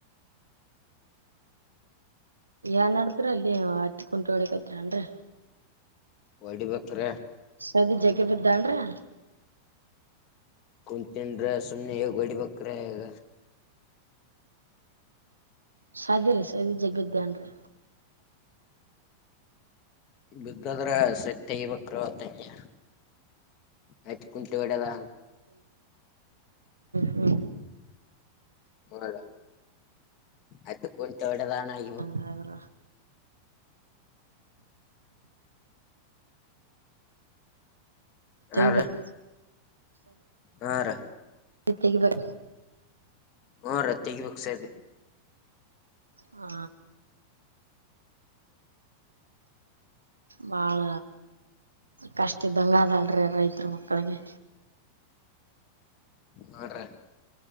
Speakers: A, on the right; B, on the left.
A: ಯಏನ್ ನಡದ್ರ ಅಲ್ಲಿ ಹತ್ ಕುಂಟ ಹೊಳಕ್ತ್ರ ಅನ್್ರ
B: ಹೊಓಡಿಬೇಕ್ರ
A: ಸದಿ ಜಗ ಬದ್ದಾನ ರ
B: ಕುಂತನ್್ರ ಸುಮ್ಮನೆ ಈ ಗಡಿ ಬಕ್ರ ಈಗ
A: ಸಾಧಿ ರರಿ ಸದಿ ಜಗದ್ಯಾನ್ ರೀ
B: ಬಿದ್ದದ್ರ ಸೆಟ್ ತಗಬೇಕ್ರತಂಗಯ ಆಯ್ತ ಕುಂಟೆ ಒಡಲ್ಲ
A: ಹ್ಮ
B: ಹದ ಅದು ಕುಂಂತ ಹೊಡೆದಾನ ಆಗ
A: ಸಹಾಯ ಬರೋ ತೆಗಿಬೇಕ್
B: ಹಾ ಹಾ
A: ಜತೆೆಗೆ ಬೇಕ
B: ಹ್ಮ ರತ್ತಿಗೆ ಬುಕ್ಸದೆ
A: ಹ್ಮ ಬಾಳ ಕಷ್ಟ್ದಂಗ ಅದಲ್ರಿ ರೈತ ಹ ಮಕ್ಕಳಿಗೆ
B: ಹ್ರ